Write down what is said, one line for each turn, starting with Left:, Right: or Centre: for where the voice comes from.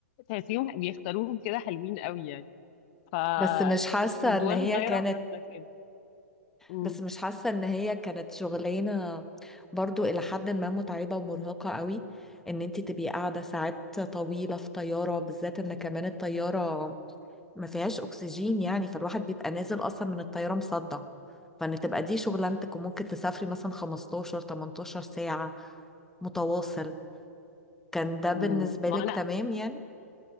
Left: تحسيهم بيختاروهم كده حلوين قوي يعني فكنت
Centre: بس مش حاسة ان
Left: وانا
Centre: هي
Left: صغيرة
Centre: كانت
Left: حاسة كده امم
Centre: بس مش حاسة ان هي كانت شغلانة برضو الى حد ما متعبة ومرهقة قوي ان انت تبقي قاعدة ساعات طويلة في طيارة بالذات ان كمان الطيارة ما فيهاش اكسجين يعني فالواحد بيبقى نازل اصلا من الطياره مصدع فان تبقى دي شغلانتك وممكن تسافري مثلا 15 18 ساعه متواصل كان ده بالنسبه
Left: أمم. ما
Centre: لك
Left: انا
Centre: تمام يعني